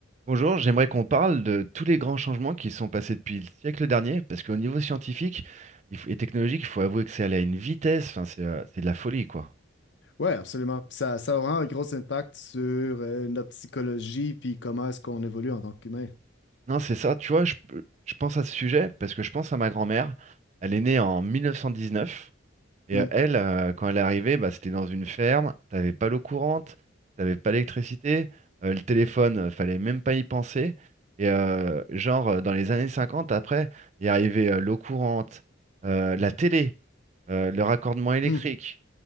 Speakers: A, on the right; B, on the left.
A: Bonjour, j'aimerais qu'on parle de tous les grands changements qui sont passés depuis le siècle dernier, parce qu'au niveau scientifique il faut- et technologique, il faut avouer que c'est allé à une vitesse, enfin, c'est euh, c'est de la folie, quoi.
B: Ouais, absolument. Puis Ça, ça aura un gros impact sur euh, notre psychologie, puis comment est-ce qu'on évolue en tant qu'humain.
A: Non, c'est ça, tu vois, je, je pense à ce sujet parce que je pense à ma grand-mère. Elle est née en 1919 Et
B: Mm.
A: euh, elle, euh, quand elle est arrivée, bah, c'était dans une ferme, t'avais pas l'eau courante, t'avais pas l'électricité, euh, le téléphone, euh, fallait même pas y penser. Et euh, genre, euh, dans les années 50, après, il est arrivé euh, l'eau courante, euh, la télé, euh, le raccordement électrique.
B: Mm.